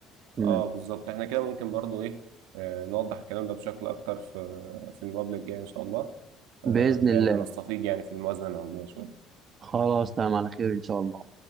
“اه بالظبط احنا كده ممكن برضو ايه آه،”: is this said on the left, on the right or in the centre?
Right